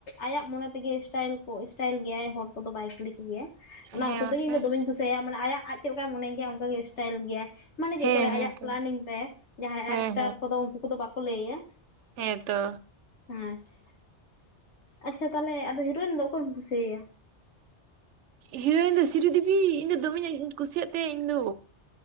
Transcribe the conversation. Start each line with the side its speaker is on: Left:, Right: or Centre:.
Left: ᱟᱭᱟᱜ ᱢᱚᱱᱮ ᱛᱮᱜᱮ ᱤᱥᱴᱟᱭᱞᱤᱥ ᱠᱚ ᱤᱥᱴᱟᱭᱤᱞ ᱜᱮᱭᱟᱭ ᱦᱚᱲ ᱫᱚ ᱵᱟᱭ ᱠᱤᱲᱤ ᱠᱚᱜᱮᱭᱟ ᱚᱱᱟ
Right: ᱦᱮᱸ
Left: ᱠᱷᱚᱛᱤᱨ
Right: ᱵᱟᱠᱷᱟᱡ
Left: ᱤᱧ ᱫᱟ ᱫᱚᱢᱮᱧ ᱠᱩᱥᱤᱭᱟᱜᱼᱟ ᱛᱟᱭᱟ ᱢᱟᱱᱮ ᱟᱭᱟᱜ ᱟᱡ ᱪᱮᱫ ᱞᱮᱠᱟᱭ ᱢᱚᱱᱮᱭ ᱜᱮᱭᱟ ᱚᱱᱠᱟᱜ ᱤᱥᱴᱟᱭᱤᱞ ᱜᱮᱭᱟ ᱢᱟᱱᱮ ᱪᱮᱫ
Right: ᱦᱮᱸ
Left: ᱠᱚ ᱞᱟᱹᱭᱟ
Right: ᱦᱮᱸ
Left: ᱟᱭᱟᱜ
Right: ᱛᱚ
Left: ᱯᱞᱮᱱᱤᱝ ᱛᱮ ᱡᱟᱦᱟᱸᱭ
Right: ᱦᱮᱸ
Left: ᱮᱠᱴᱟᱨ ᱠᱚᱫᱚ ᱩᱱᱠᱩ ᱠᱚᱫᱚ ᱵᱟᱠᱚ ᱞᱟᱹᱭᱟᱭᱟ
Right: ᱦᱮᱸᱛᱚ
Left: ᱟᱪᱪᱷᱟ ᱟᱪᱪᱷᱟ ᱛᱟᱦᱞᱮ ᱟᱫᱚ ᱦᱤᱨᱳᱭᱤᱱ ᱫᱚ ᱚᱠᱚᱭᱮᱢ ᱠᱩᱥᱤᱭᱟᱭᱟ
Right: ᱦᱤᱨᱳᱭᱤᱱ ᱫᱚ ᱥᱤᱨᱤ ᱫᱮᱵᱤ ᱤᱧ ᱫᱚ ᱫᱚᱢᱮᱧ ᱠᱩᱥᱤᱭᱟᱜ ᱛᱟᱦᱮᱸ ᱤᱧᱫᱚ